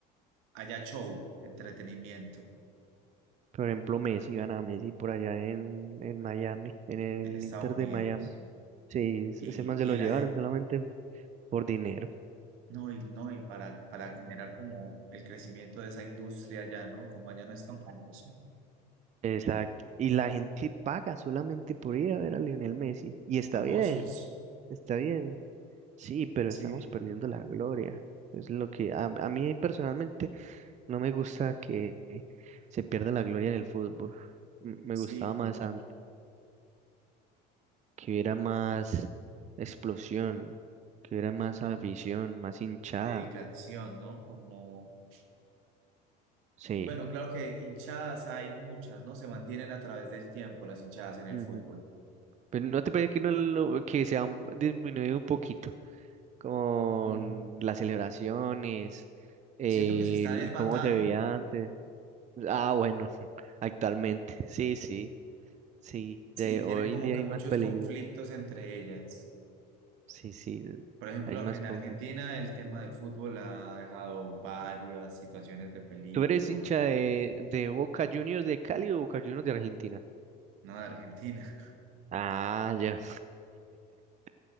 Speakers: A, on the right (about 75°); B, on the right (about 35°).
A: haya show, entretenimiento
B: Por ejemplo, Messi, van a Messi por allá en, en Miami, en el
A: en Estados
B: Inter
A: Unidos.
B: de Miami. Sí, ese
A: Y,
B: ese man se lo
A: y la
B: llevaron
A: gente,
B: solamente por dinero.
A: no, y, no, y para, para generar como el crecimiento de esa industria allá, ¿no? Como allá no es tan famoso.
B: Exacto. Y la gente paga solamente por ir a ver a Lionel Messi. Y está
A: Famosos.
B: bien, está bien. Sí, pero
A: Sí,
B: estamos perdiendo la gloria. Es lo que a, a mí personalmente no me gusta que se pierda la gloria en el fútbol. M- Me
A: sí,
B: gustaba
A: como
B: más antes, que hubiera más explosión, que hubiera más afición, más hinchada.
A: dedicación, ¿no? Como
B: Sí.
A: Bueno, claro que hinchadas hay muchas, ¿no? Se mantienen a través del tiempo las hinchadas en el
B: Ujú.
A: fútbol.
B: Pero no te parece que, no lo, que se han disminuido un poquito. con
A: Mm,
B: las celebraciones, eh,
A: Siento que se están
B: el-
A: es matando,
B: cómo se veía antes. Ah, bueno, <laughs> actualmente, sí, sí, sí,
A: sí,
B: de
A: tienen
B: hoy
A: como
B: en día
A: que
B: hay
A: muchos
B: más peligro,
A: conflictos entre ellas.
B: sí, sí,
A: Por ejemplo,
B: hay más
A: en
B: conflicto.
A: Argentina el tema del fútbol ha dejado varias situaciones de peligro,
B: ¿Tú eres hincha de, de Boca Juniors de Cali o Boca Juniors de Argentina?
A: ¿no? De Argentina.
B: Ah, ya. <laughs>